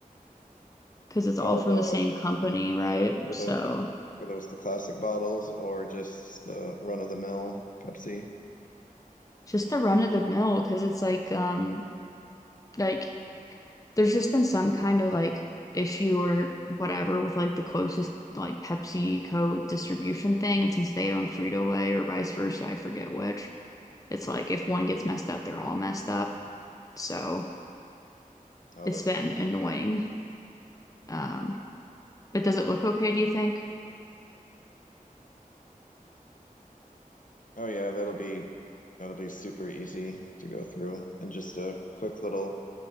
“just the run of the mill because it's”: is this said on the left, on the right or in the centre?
Left